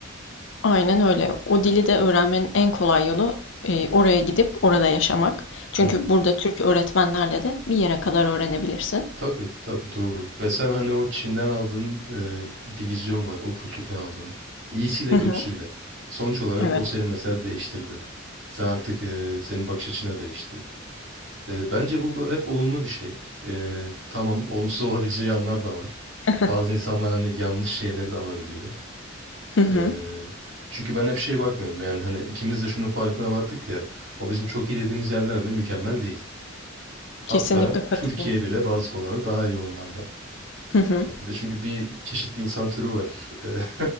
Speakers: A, on the left; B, on the right.
A: Aynen öyle. O dili de öğrenmenin en kolay yolu e, oraya gidip orada yaşamak. Çünkü
B: Hı.
A: burada Türk öğretmenlerle de bir yere kadar öğrenebilirsin.
B: Tabii tabii doğru. Ve sen hani o Çin'den aldığın e, bir vizyon var. O kültürden aldığın. İyisiyle
A: Hı hı.
B: kötüsüyle. Sonuç olarak
A: Evet.
B: o seni mesela değiştirdi. Sen artık e, senin bakış açına değişti. E, bence bu bu hep olumlu bir şey. E, tamam olumsuz <laughs> olabileceği yanlar da var.
A: <laughs>
B: Bazı insanlar hani yanlış şeyleri de alabiliyor.
A: Hı hı.
B: E, çünkü ben hep şey bakmıyorum. Yani hani ikimiz de şunun farkına vardık ya. O bizim çok iyi dediğimiz yerler bile mükemmel değil. Hatta
A: Kesinlikle katılıyorum.
B: Türkiye bile bazı konularda daha iyi onlardan.
A: Hı hı.
B: Bir de çünkü bir çeşit insan türü var. Eee,